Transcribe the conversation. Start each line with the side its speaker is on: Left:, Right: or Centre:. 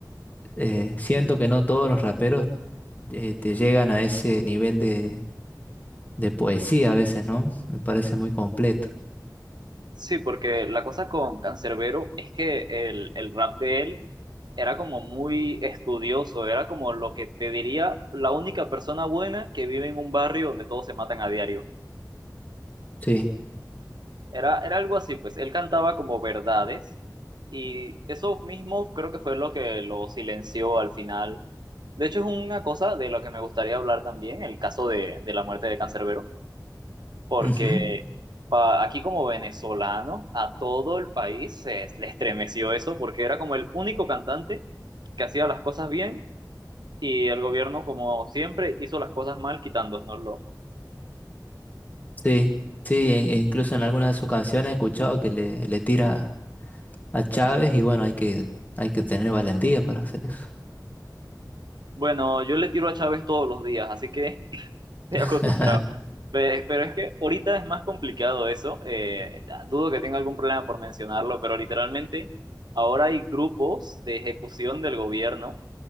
Left: eh, siento que no todos los raperos eh, te llegan a ese nivel de, de poesía a veces, ¿no? Me parece muy completo.
Right: Sí, porque la cosa con Cancerbero es que el, el rap de él era como muy estudioso, era como lo que te diría la única persona buena que vive en un barrio donde todos se matan a diario.
Left: Sí.
Right: Era, era algo así, pues él cantaba como verdades y eso mismo creo que fue lo que lo silenció al final. De hecho, es una cosa de la que me gustaría hablar también, el caso de, de la muerte de Cancerbero porque
Left: Ujú.
Right: pa- aquí como venezolano a todo el país se le estremeció eso porque era como el único cantante que hacía las cosas bien y el gobierno como siempre hizo las cosas mal quitándonoslo.
Left: Sí, sí, e e incluso en algunas de sus canciones he escuchado que le, le tira a Chávez y bueno, hay que, hay que tener valentía para hacer eso.
Right: Bueno, yo le tiro a Chávez todos los días, así que... <laughs> Estoy
Left: <laughs>
Right: acostumbrado. Pe- Pero es que ahorita es más complicado eso. eh, dudo que tenga algún problema por mencionarlo, pero literalmente ahora hay grupos de ejecución del gobierno